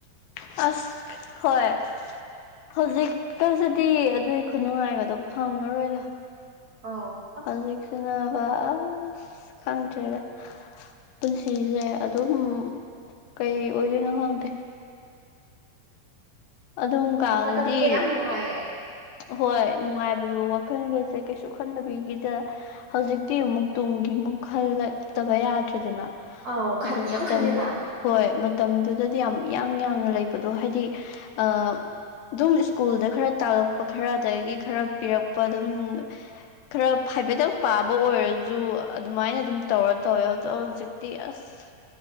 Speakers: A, on the left; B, on the right.
A: ꯑꯁ ꯍꯣꯏ ꯍꯨꯖꯤꯛꯀꯁꯤꯗꯤ ꯑꯗꯨꯏ ꯈꯨꯅꯨꯡꯉꯥꯏꯒꯗꯣ ꯐꯪꯉꯔꯣꯏꯗ
B: ꯑꯣ ꯑꯁ
A: ꯍꯧꯖꯤꯛꯁꯤꯟꯅꯕ ꯑꯁ ꯈꯪꯗ꯭ꯔꯦꯗ ꯄꯨꯟꯁꯤꯁꯦ ꯑꯗꯨꯝ ꯀꯩ ꯑꯣꯏꯗꯣꯏꯅꯣ ꯈꯪꯗꯦ ꯑꯗꯨꯝ ꯀꯥꯟꯗꯗꯤ
B: ꯃꯇꯝꯗꯨꯗ ꯌꯥꯝ ꯅꯨꯡꯉꯥꯏꯌꯦ
A: ꯍꯣꯏ ꯅꯨꯡꯉꯥꯏꯕꯗꯣ ꯋꯥꯈꯜꯒꯁꯦ ꯀꯩꯁꯨ ꯈꯟꯗꯕꯤꯒꯤꯗ ꯍꯧꯖꯤꯛꯇꯤ ꯑꯃꯨꯛ ꯇꯨꯡꯒꯤ ꯃꯨꯛ ꯍꯜꯂꯛꯇꯕ ꯌꯥꯗ꯭ꯔꯦꯗꯅ
B: ꯑꯧ
A: ꯑꯗꯨ
B: ꯌꯥꯝ
A: ꯃꯇꯝ
B: ꯈꯜꯂꯦꯅ
A: ꯍꯣꯏ ꯃꯇꯝꯗꯨꯗꯗꯤ ꯌꯥꯝ ꯏꯌꯥꯡ ꯌꯥꯡꯅ ꯂꯩꯕꯗꯣ ꯍꯥꯏꯗꯤ ꯑ ꯗꯨꯝ ꯁ꯭ꯀꯨꯜꯗ ꯈꯔ ꯇꯥꯜꯂꯛꯄ ꯈꯔ ꯑꯗꯒꯤ ꯈꯔ ꯄꯤꯔꯛꯄ ꯑꯗꯨꯝ ꯈꯔ ꯍꯥꯏꯐꯦꯠꯇꯪ ꯄꯥꯕ ꯑꯣꯏꯔꯖꯨ ꯑꯗꯨꯃꯥꯏꯅ ꯑꯗꯨꯝ ꯇꯧꯔ ꯇꯧꯋꯦ ꯑꯗꯣ ꯍꯧꯖꯤꯛꯇꯤ ꯑꯁ